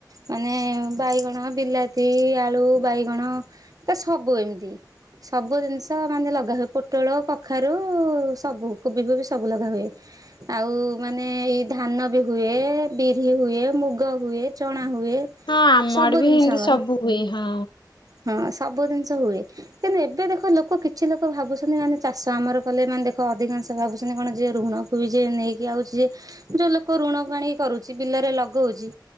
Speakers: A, on the right (about 50°); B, on the left (about 85°).
A: ମାନେ ବାଇଗଣ, ବିଲାତି, ଆଳୁ ବାଇ ବାଇଗଣ ସବୁ ଏମତି ସବୁ ଜିନିଷ ମାନେ ଲଗା ହଏ ପୋ ପୋଟଳ କଖାରୁ ସବୁ କୋବି ଫୋବି ସବୁ ଲଗା ହୁଏ, ଆଉ ମାନେ ଏଇ ଧାନ ଧାନ ବି ହୁଏ, ବିରି ହୁଏ, ମୁଗ ହୁଏ, ଚଣା ହୁଏ
B: ହଁ ଆମର
A: ସବୁ
B: ବି
A: ଜିନିଷ
B: ଏମିତି
A: ଆମର
B: ସବୁ ହୁଏ ହଁ।
A: ହଁ ସବୁ ଜିନିଷ ହୁଏ, କିନ୍ତୁ ଏବେ ଦେଖ ଲୋକ କିଛି ଲୋକ ଭାବୁଛନ୍ତି ମାନେ ଚାଷ ଆମର କଲେ ମାନେ ଦେଖ ଅଧିକାଂଶ ଭାବୁଛନ୍ତି, କଣ ଯେ ଋଣକୁ ବି ଯେ ନେଇକି ଆଉଚି ଯେ ଯୋଉ ଲୋକ ଋଣକୁ ଆଣି କରୁଛି, ବିଲରେ ଲଗଉଛି